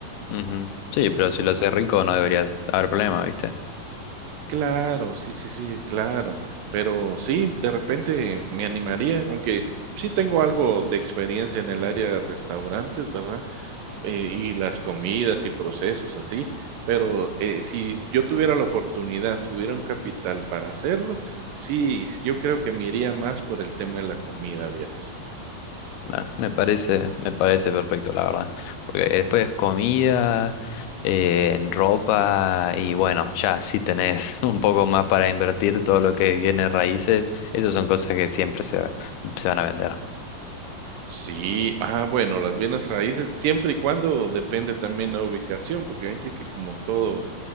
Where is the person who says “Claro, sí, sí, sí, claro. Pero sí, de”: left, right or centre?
Right